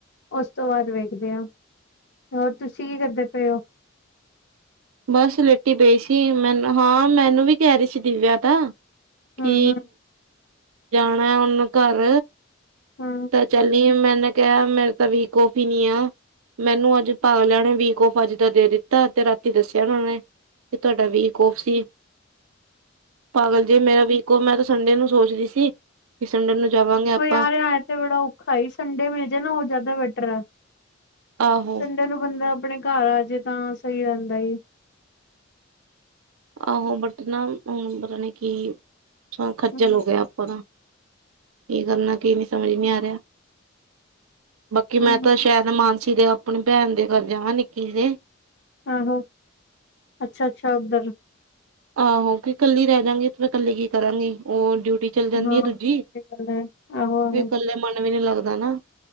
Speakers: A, on the left; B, on the right.
A: ਉਸ ਤੋਂ ਬਾਅਦ ਵੇਖਦੇ ਆਂ। ਹੋਰ ਤੁਸੀਂ ਕੀ ਕਰਦੇ ਪਏਓ?
B: ਬਸ ਲੇਟੀ ਪਈ ਸੀ, ਮੈਨੂੰ ਹਾਂ ਮੈਨੂੰ ਵੀ ਕੈ ਰੀਸੀ ਦਿਵਿਆ ਤਾਂ। ਕਿ
A: ਹਮ ਹਮ
B: ਜਾਣਾ ਹੁਣ ਘਰ,
A: ਹਮ
B: ਤਾਂ ਚੱਲੀਏ ਮੈਨੇ ਕੇਆ ਮੇਰੇ ਤਾਂ ਵੀ ਕੌਫੀ ਨੀ ਆ। ਮੈਨੂੰ ਅੱਜ ਤਾਲੇਆ ਨੇ ਵੀਕ ਔਫ ਅੱਜ ਦਾ ਦੇ ਦਿੱਤਾ, ਤੇ ਰਾਤੀ ਦੱਸਿਆ ਨੀਂ ਓਨੇ। ਕੀ ਤੁਆਡਾ ਵੀਕ ਔਫ ਸੀ।
A: <inaudible>
B: ਪਾਗਲ ਜੇ, ਮੇਰਾ ਵੀਕ ਔਫ਼ ਮੈਂ ਤਾਂ ਸੰਡੇ ਨੂੰ ਸੋਚਦੀ ਸੀ, ਕਿ ਸੰਡੇ ਨੂੰ ਜਾਵਾਂਗੇ ਆਪਾਂ
A: ਕੋਈ ਆ ਰੇਯਾ ਤੇ ਹਾਏ ਸੰਡੇ ਮਿਲ ਜੇ ਨਾ ਓ ਜੈਦਾ ਬੈਟਰ ਐ
B: ਆਹੋ
A: ਸੰਡੇ ਨੂੰ ਬੰਦਾ ਅਪਨੇ ਘਰ ਆ ਜੇ ਤਾਂ ਸਈ ਰੈਂਦਾ ਈ।
B: ਆਹੋ ਬਟ ਨਾ ਹੁਣ ਪਤਾ ਨੇ ਕੀ ਖੱਜਲ
A: ਹਮ
B: ਹੋ ਗਏ ਆਪਾਂ ਤਾਂ। ਕੀ ਕਰਨਾ ਕੀ ਨੀ ਸਮਝ ਨੀ ਰਿਆ। ਬਾਕੀ
A: ਹਮ
B: ਮੈਂ ਤਾਂ ਸ਼ਾਇਦ ਮਾਨਸੀ ਦੇ ਪਨੀ ਭੈਣ ਦੇ ਘਰ ਜਾਵਾ ਨਿੱਕੀ ਦੇ।
A: ਆਹੋ! ਅੱਛਾ-ਅੱਛਾ ਓੱਧਰ।
B: ਆਹੋ! ਕਿ ਕੱਲੀ ਰੈ ਜਾਂਗੀ ਤੇ ਮੈ ਕੱਲੀ ਕੀ ਕਰਾਂਗੀ ਓ ਡਿਊਟੀ ਚੱਲ ਜਾਂਦੀ
A: ਹਾਂ
B: ਆ ਦੂਜੀ
A: ਇਹ ਤੇ ਗੱਲ ਹੈ ਆਹੋ ਆਹੋ
B: ਫੇ ਕੱਲੇ ਮਨ ਵੀ ਨੀ ਲੱਗਦਾ ਨਾ।